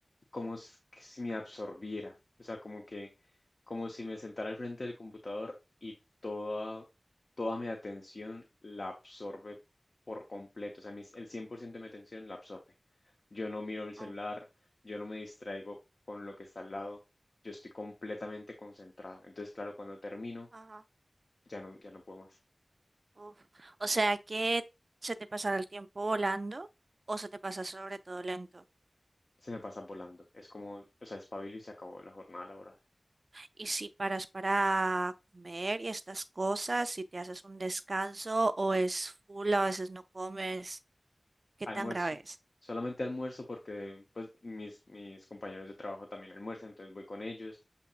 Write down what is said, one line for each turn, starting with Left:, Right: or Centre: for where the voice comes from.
Left: como s- que si me absorbiera. O sea, como que, como si me sentara al frente del computador y toda, toda mi atención la absorbe por completo. O sea, mis- el 100% de mi atención la absorbe. Yo no miro el celular,
Right: Oh,
Left: yo no me distraigo con lo que está al lado yo estoy completamente concentrado. Entonces, claro, cuando termino,
Right: ajá,
Left: ya no, ya no puedo más.
Right: uf. O sea que se te pasará el tiempo volando o se te pasa sobre todo lento.
Left: Se me pasa volando. Es como, o sea, espabilo y se acabó la jornada laboral.
Right: Y si paras para comer y estas cosas, si te haces un descanso o es full, a veces no comes, ¿qué
Left: Almuerzo.
Right: tan grave es?
Left: Solamente almuerzo porque pues mis, mis compañeros de trabajo también almuerzan, entonces voy con ellos